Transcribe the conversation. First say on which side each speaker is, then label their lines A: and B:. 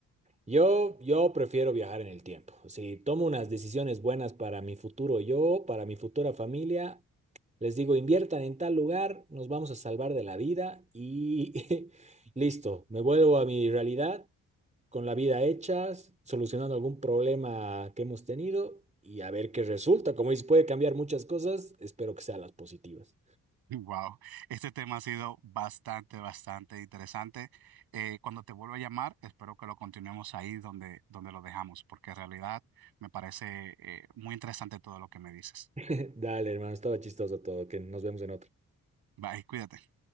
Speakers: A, on the right; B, on the right.
A: Yo, yo prefiero viajar en el tiempo. Si tomo unas decisiones buenas para mi futuro yo, para mi futura familia, Les digo, inviertan en tal lugar, nos vamos a salvar de la vida y <laughs> listo, me vuelvo a mi realidad con la vida hecha, solucionando algún problema que hemos tenido y a ver qué resulta. Como dices, puede cambiar muchas cosas, espero que sean las positivas.
B: Wow, este tema ha sido bastante, bastante interesante. Eh, cuando te vuelva a llamar, espero que lo continuemos ahí donde, donde lo dejamos, porque en realidad me parece eh, muy interesante todo lo que me dices.
A: <laughs> Dale, hermano, estaba chistoso todo, que nos vemos en otro
B: Bye, cuídate.